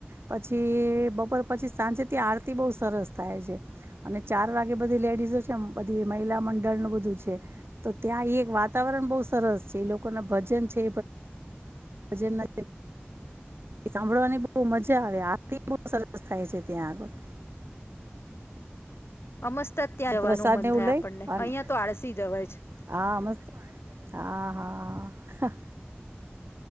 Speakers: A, on the right; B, on the left.
A: પછી બપોર પછી સાંજે ત્યાં આરતી બહ સરસ થાય છે અને ચાર વાગે બધી લેડીઝો છે બધી મહિલા મંડળનું બધું છે તો ત્યાં એ એક વાતાવરણ બહુ સરસ છે એ લોકો ના ભજન છે ભજન <inaudible> સાંભળવાની બહ મજા આવે આરતી બહુ સરસ થાય છે ત્યાં આગળ.
B: અમસ્તા જ ત્યાં જવાનું
A: પ્રસાદને
B: મન
A: એવું
B: થાય
A: લઈ
B: આપણને
A: અને
B: અહિયાં તો આળસી જવાય છે.
A: હા મસ્ત હા, હા.